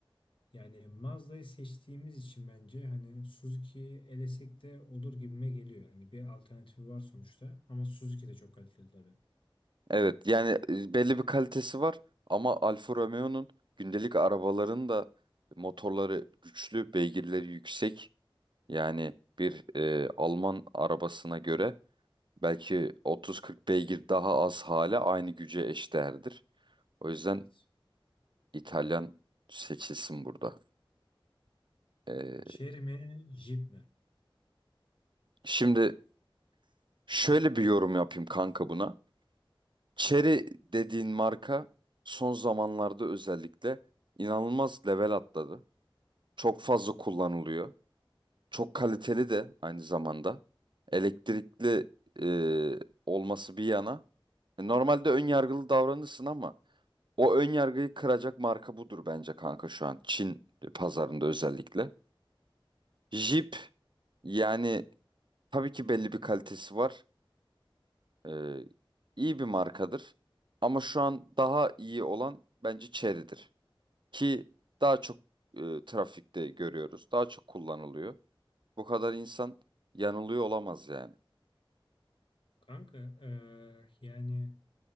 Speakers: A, on the left; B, on the right.
A: Yani Mazda'yı seçtiğimiz için bence hani Suzuki'yi elesek de olur gibime geliyor. Hani bir alternatifi var sonuçta ama Suzuki de çok kaliteli tabii.
B: Evet yani e, belli bir kalitesi var ama Alfa Romeo'nun gündelik arabaların da motorları güçlü, beygirleri yüksek. Yani bir e, Alman arabasına göre belki 30-40 beygir daha az hale aynı güce eşdeğerdir. O yüzden
A: Evet.
B: İtalyan seçilsin burada. Ee,
A: Chery mi, Jeep mi?
B: şimdi şöyle bir yorum yapayım kanka buna. Cherry dediğin marka son zamanlarda özellikle inanılmaz level atladı. Çok fazla kullanılıyor. Çok kaliteli de aynı zamanda. Elektrikli e, olması bir yana. Normalde ön yargılı davranırsın ama o ön yargıyı kıracak marka budur bence kanka şu an. Çin pazarında özellikle. Jeep yani Tabii ki belli bir kalitesi var. Ee, iyi bir markadır. Ama şu an daha iyi olan bence Chery'dir. Ki daha çok e, trafikte görüyoruz. Daha çok kullanılıyor. Bu kadar insan yanılıyor olamaz yani.
A: Kanka eee, yani